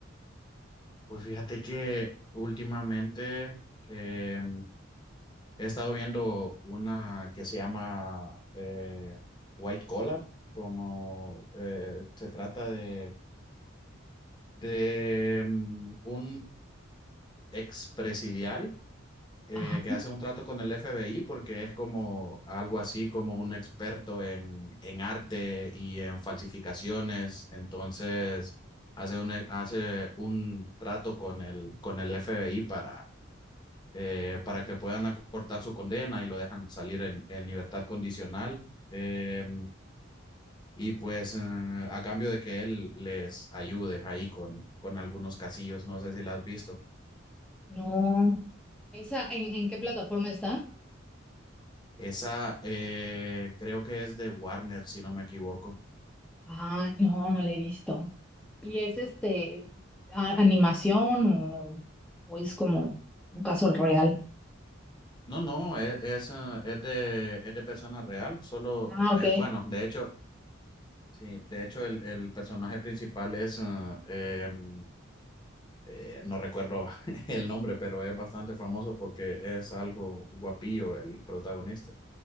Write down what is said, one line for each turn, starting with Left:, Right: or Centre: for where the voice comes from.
Left: Pues fíjate que últimamente eh, he estado viendo una que se llama eh, White Collar, como eh, se trata de, de mm, un expresidiario eh,
Centre: Ajá,
Left: que hace un trato con el FBI porque es como algo así como un experto en, en arte y en falsificaciones. Entonces hace un, hace un trato con el, con el FBI para, eh, para que puedan acortar su condena y lo dejan salir en, en libertad condicional. Eh, y pues eh, a cambio de que él les ayude ahí con, con algunos casillos, no sé si la has visto.
Centre: no. ¿Esa en, en qué plataforma está?
Left: Esa eh, creo que es de Warner, si no me equivoco.
Centre: Ah, no, no la he visto. ¿Y es este a- animación o, o es como un caso real?
Left: No, no, es, es, eh, es de, es de persona real, solo,
Centre: Ah, ok.
Left: eh, bueno, de hecho, sí, de hecho el, el personaje principal es, eh, em, eh, no recuerdo <laughs> el nombre, pero es bastante famoso porque es algo guapillo el protagonista.